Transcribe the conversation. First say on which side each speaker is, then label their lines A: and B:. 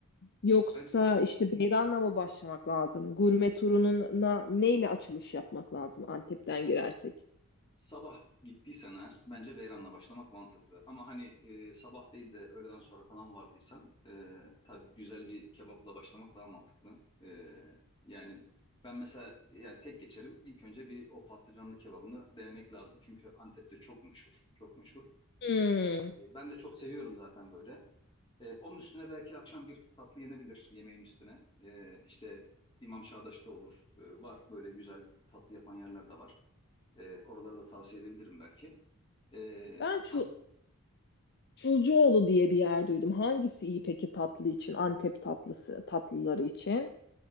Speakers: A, on the left; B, on the left.
A: yoksa
B: Ben
A: işte beyranla mı başlamak lazım? Gurme turununa neyle açılış yapmak lazım Antep'ten girersek?
B: Sabah gittiysen eğer bence Beyran'la başlamak mantıklı. Ama hani e, sabah değil de öğleden sonra falan vardıysan e, tabii güzel bir kebapla başlamak daha mantıklı. E, yani ben mesela yani tek geçerim. İlk önce bir o patlıcanlı kebabını denemek lazım. Çünkü Antep'te çok meşhur, çok meşhur.
A: Hmm.
B: E, ben de çok seviyorum zaten böyle. E, onun üstüne belki akşam bir tatlı yenebilir yemeğin üstüne. E, işte İmam Çağdaş'ta olur. E, var böyle güzel tatlı yapan yerler de var. E, oraları da tavsiye edebilirim belki. Ee,
A: Ben Çul
B: an-
A: Çulcuoğlu diye bir yer duydum. Hangisi iyi peki tatlı için? Antep tatlısı, tatlıları için.